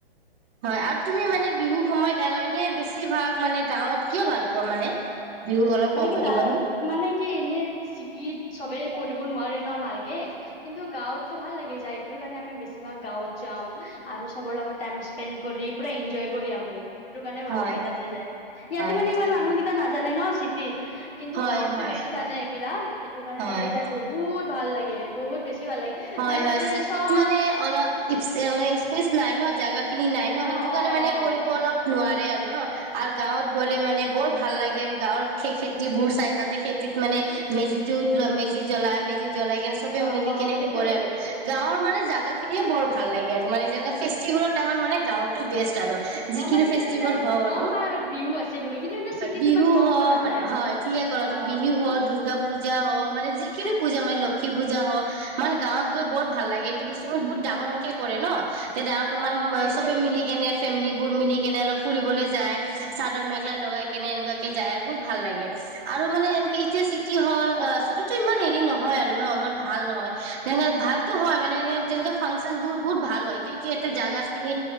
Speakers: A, on the right (about 20°); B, on the left (about 65°).
A: হয় আৰু
B: আচ্ছা
A: তুমি মানে বিহু সময়ত আৰু এনে বেছিভাগ মানে গাঁৱত কিয় ভাল পোৱা মানে বিহু অলপ
B: মানে
A: ক'ব
B: কি
A: পাৰিবানে
B: ত মানে কি নি চিটিত সবে কৰিব নোৱাৰে ন ভালকে কিন্তু গাঁৱতটো ভাল লাগে যায়টোৰ কাৰণে আমি বেছিভাগ গাঁৱত যাওঁ। আৰু সবৰ লগত টাইম স্পেণ্ড কৰি পুৰা এনজয় কৰি আহো। সেইটো কাৰণে ভাল
A: হয়
B: লাগে তাতে যায়, ইয়াতে
A: হয়
B: মানে
A: ঠিক
B: ইমান মানুহকেইটা নাজানে ন সিতি কিন্তু
A: হয়
B: গাঁৱতটো
A: হয়
B: বেছি জানে এইবিলাক এইটো কাৰণে
A: হয়
B: তাতে যাই বহুত ভাল লাগে বহুত বেছি, ভাল লাগে
A: হয়
B: মানে
A: হয়
B: তাতে
A: চিটিত
B: চব
A: মানে অলপানে স্পেচ নাই ন, জগা <unintelligible> খিনি নাই ন সেইটো
B: অ
A: কাৰণে
B: অ
A: মানে
B: অ
A: কৰিব অলপা নোৱাৰে আৰু ন, আৰু গাঁৱত গ'লে
B: অ
A: মানে বৰ ভাল লাগে গাঁৱৰ সেই খেতিবোৰ চাই তাতে খেতিত মানে মেজিতটো মেজি জ্বলাই মেজিত- জ্বলাই কিনে চবে
B: অ
A: মিলিকনেই
B: অ
A: হেইতো
B: এইটো
A: কৰে আৰু
B: এইটোৱে
A: গাঁৱৰ, মানে জেগািনিয়ে বৰ ভাল লাগে আৰু মানে যেনে ফেষ্টিভেলৰ টাইমত মানে গাওঁ বেষ্ট আৰু, যিখি
B: অ মানে কি
A: ফেছটিবেল
B: তাতে যাই
A: হৌ
B: গম
A: আৰু
B: পাই বিহু আছে বুলি কিন্তু এনে চিটিত
A: বিহু
B: ইমান গম
A: হয়
B: পোৱা নাযায়
A: হয় থিকে
B: অ
A: বিহু হয়। পূজা হয় মানে যিকিনি পূজা মানে লক্ষী পূজা হয় মানে গাঁৱত গৈ বৰ ভাল লাগে এইটো বস্তু মোৰ বহুত ডাঙৰ কে কৰে ন। তে ডাঙৰ
B: অ
A: মানে
B: অ এইটোৱে
A: চবে
B: বস্তু
A: মিলি কেনে ফেমিলি, বোৰ মিলি কেনে অলপ ফুৰিবলৈ যায়, চাদৰ মেখেলা লগাই কেনে এনেকুৱাকে যায়, আৰু বোৰ ভাল লাগে। আৰু মানে এনকে এতিয়া চিটি হল
B: অ অ
A: চিটি টো ইমান হেৰি নহয়। নহয় আৰু ন ইমান ভাল নহয়। তেনে ভালতো হয় মানে এ যেনে ফাংচন বোৰ বহুত ভাল হয় কি কি এতে জাগা খিনি